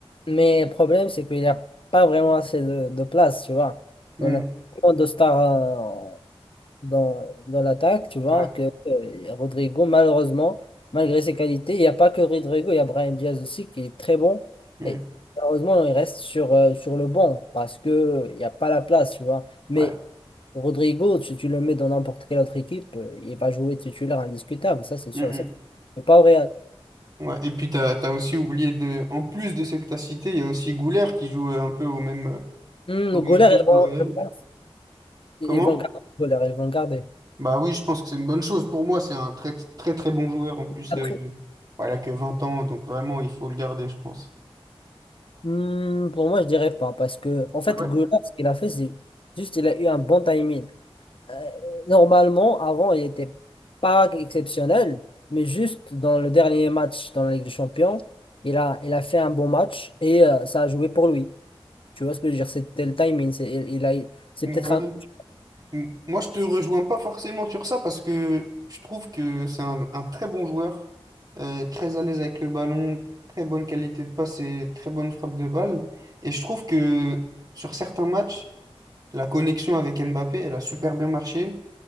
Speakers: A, on the left; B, on the right.
A: Mais le problème, c'est qu'il n'y a pas vraiment assez de, de place, tu vois.
B: Mm.
A: On a tellement de stars euh, dans, dans l'attaque, tu vois,
B: Ouais.
A: que euh, Rodrigo, malheureusement, malgré ses qualités, il n'y a pas que Rodrigo, il y a Brahim Diaz aussi qui est très bon.
B: Mm.
A: Et malheureusement, il reste sur, euh, sur le banc parce que il n'y a pas la place, tu vois. Mais
B: Ouais.
A: Rodrigo, si tu le mets dans n'importe quelle autre équipe, euh, il va jouer titulaire indiscutable, ça c'est sûr
B: Mm,
A: et certain. Mais pas au Real.
B: mm. Ouais. Et puis t'as t'as aussi oublié de. En plus de ceux que t'as cités, il y a aussi Goulart qui joue euh, un peu au même, euh,
A: Hmm,
B: au
A: le
B: même
A: goaler,
B: poste
A: ils vont,
B: au Real.
A: je pense, ils
B: Comment?
A: vont le garder le goaler, ils vont le garder.
B: Bah oui, je pense que c'est une bonne chose. Pour moi, c'est un très très très bon joueur. En plus,
A: Après,
B: euh, voilà, que 20 ans, donc vraiment, il faut le garder, je pense.
A: hmm, pour moi, je dirais pas parce que, en fait,
B: Ah
A: goaler, ce qu'il a fait, c'est juste il a eu un bon timing. Euh, Normalement, avant, il n'était pas exceptionnel, mais juste dans le dernier match dans la Ligue des Champions, il a, il a fait un bon match et euh, ça a joué pour lui. Tu vois ce que je veux dire? C'était le timing. C'est, il, il a, c'est
B: Ouais,
A: peut-être un
B: ouais,
A: coach.
B: M- Moi, je te rejoins pas forcément sur ça parce que je trouve que c'est un, un très bon joueur, euh, très à l'aise avec le ballon, très bonne qualité de passe et très bonne frappe de balle. Et je trouve que sur certains matchs, la connexion avec Mbappé, elle a super bien marché.